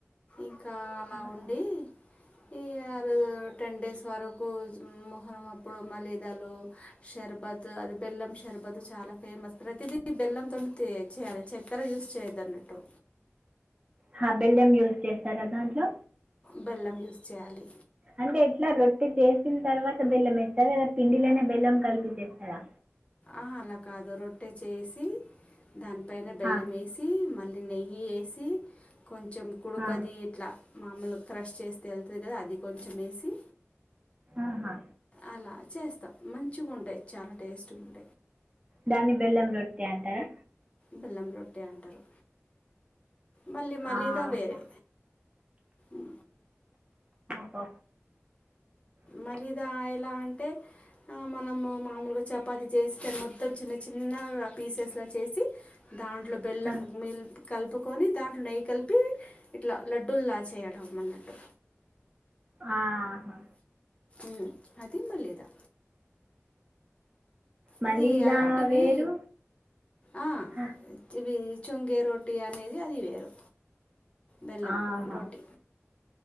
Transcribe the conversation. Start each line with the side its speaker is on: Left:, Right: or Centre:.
Left: ఇంకా అలా
Right: ఆహా.
Left: ఉండి ఈ టెన్ డేస్ వరకు మొహరం అప్పుడు మలీదలో షర్బత్ అది బెల్లం షర్బతు చాలా ఫేమస్ ప్రతిదీ బెల్లంతోచేయాలి చక్కెర ఉస్ చేదిన్నట్టు
Right: హ బెల్లెం యూస్ చేస్తారా దాంట్లో
Left: బెల్లం యూస్ చేయాలి
Right: అంటే ఎట్లా రొట్టటి చేసిన తర్వాత బెల్లంవేస్తారా పిండిలోనే బెల్లం కలిపేసిచేస్తారా
Left: ఆ అలా కాదు రొట్టె చేసి దానిపైన బెల్లం
Right: ఆ,
Left: వేసి మళ్ళీ అది నెయ్యి వేసి కొంచెం కుడుకుది
Right: ఆ,
Left: ఇట్లా మామూలుగా క్రష్ చేస్తే వెళ్తుంది కదా అది కొంచెం వేసి
Right: ఆహా.
Left: అలా చేస్తాం మంచిగా ఉంటాయి చాలా టేస్ట్గా ఉంట
Right: దాన్ని బెల్లంరొట్టి అంటారా
Left: బెల్లం రొట్టే అంటారు మళ్ళీ మలీదా
Right: ఆహా.
Left: వేరే ఉ
Right: బో అ
Left: మలీదా ఎలా అంటే మనము మామూలుగా చపాతి చేస్తే మొత్తం చిన్న చిన్న ఆ పిఎచెస్ల చేసి దాంట్లో బెల్లం
Right: ఆ,
Left: మిల్ కలుపుకొని దాంట్లో నెయ్యి కలిపి ఇట్లా లడ్డూలులా చేయడం అన్నట్టు
Right: ఆహా
Left: ఉ అది మలీదా
Right: మలీదా
Left: అది అలాంటివి
Right: వేరు
Left: ఆ
Right: హ,
Left: ఇవి చుంగేరోట్టి అనేది అది వేరు బెల్లంరోట్టి
Right: ఆహా